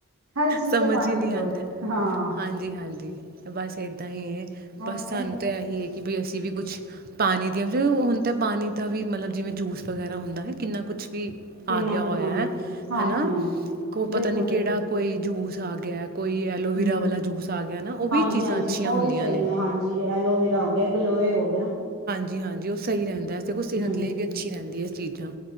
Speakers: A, on the right (about 70°); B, on the right (about 40°).
A: ਹਰ ਚੀਜ਼
B: ਸਮਝ ਹੀ ਨਹੀਂ
A: ਦੀ ਲੋ
B: ਆਉਂਦਾ
A: ਹਾਂ
B: ਹਾਂਜੀ ਹਾਂਜੀ ਬਸ ਏਦਾਂ ਹੀ ਬਸ
A: ਉਹੀ
B: ਸਾਨੂੰ
A: ਤੇ
B: ਤਾਂ ਇਹੀ ਹੈ ਕਿ ਬਈ ਅਸੀਂ ਵੀ ਕੁਛ ਪਾਣੀ ਦੀਆਂ ਹੁਣ ਤਾਂ ਪਾਣੀ ਤਾਂ ਵੀ ਮਤਲਬ ਜਿਵੇਂ ਜੂਸ ਵਗੈਰਾ ਹੁੰਦਾ ਹੈ ਕਿੰਨਾ ਕੁਛ ਵੀ
A: ਕਿੰਨਾ
B: ਆ ਗਿਆ
A: ਕੁ
B: ਹੋਇਆ
A: ਜ਼ਮਾਨਾ
B: ਹੈ
A: ਹਾਂਜੀ
B: ਹਨਾ
A: ਹਾਂਜੀ
B: ਕੋਈ
A: ਬਿਲਕੁਲ
B: ਪਤਾ ਨੀ
A: ਬਿਲਕੁਲ
B: ਕਿਹੜਾ ਕੋਈ ਜੂਸ ਸਾਗ ਗਿਆ ਕੋਈ ਐਲੋਵੀਰਾ
A: ਹਮ
B: ਵਾਲਾ ਜੂਸ ਆ ਗਿਆ ਨਾ ਉਹ ਵੀ
A: ਹਾਂਜੀ
B: ਚੀਜ਼ਾਂ
A: ਹਾਂਜੀ
B: ਅੱਛੀਆਂ
A: ਉਹ
B: ਹੁੰਦੀਆਂ
A: ਵੀ ਸਹੀ ਨੇ ਹਾਂਜੀ ਐਲੋਵੇਰਾ ਹੋ ਗਿਆ ਗਲੋਏ ਹੋ ਗਿਆ
B: ਜੀ ਹਾਂਜੀ ਉਹ ਸਹੀ ਰਹਿੰਦਾ ਦੇਖੋ ਸਿਹਤ
A: ਹਮ
B: ਲਈ ਵੀ ਅੱਛੀ ਰਹਿੰਦੀ ਹੈ ਚੀਜ਼ਾਂ